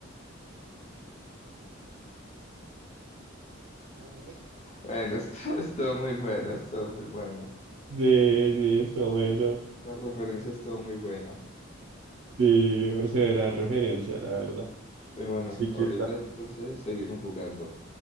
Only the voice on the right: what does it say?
<laughs>
de de esto bueno.
Sí, esa era la referencia, la verdad.
Así
que, esa-